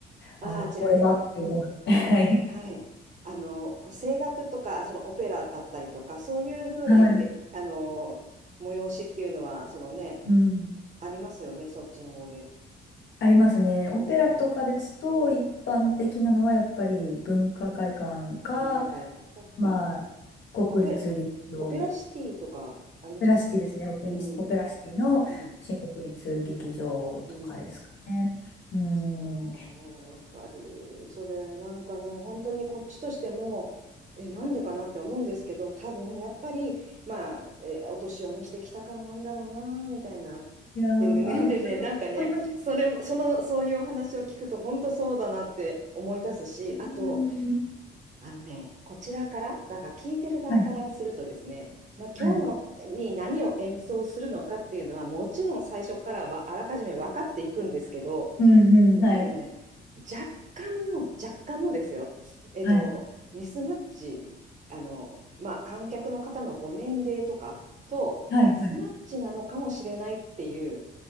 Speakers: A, on the right; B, on the left.
A: あ、
B: ああ、
A: あちらね。
B: これはって思う。<laughs> はい。
A: はい。あの、声楽とか、そのオペラだったりとか、そういうふうなイベ、
B: はい。
A: あの、催しっていうのは、そのね、
B: うん、
A: ありますよね、そっちの方で。
B: ありますね。オペラとかですと、
A: うん。
B: 一般的なのはやっぱり文化会館か、
A: 文化会館か。
B: まあ、
A: うん。
B: 国立劇場、
A: オペ、オペラシティとかありましたっけうん。
B: オペラシティですね、オペリス、オペラシティの新国立劇場とかですかね。
A: はい。うん。
B: うん。
A: そう、わかる。それ、なんかね、本当にこっちとしても、え、なんでかなって思うんですけど、多分、やっぱり、まあ、えお年を召してきたからなんだろうな、みたいな。
B: いやー、
A: でね、
B: まあ、
A: <laughs> でね、
B: それは本当に、
A: なんかね、それも、その、そういうお話を聞くと、本当そうだなって思い出すし、
B: うん、
A: あと、あのね、こちらから、だから聞いてる側からするとですね、
B: はい、
A: まあ、
B: はい、
A: 今日のに何を演奏するのかっていうのは、もちろん最初からはあらかじめ分かっていくんですけど、
B: うん、うん、
A: えっとね、
B: はい、
A: 若干の、若干のですよ。えっと、
B: はい、
A: ミスマッチ、あの、まあ、観客の方のご年齢とかと、
B: はい、
A: ミスマッチなのかもしれないっていう、
B: はい、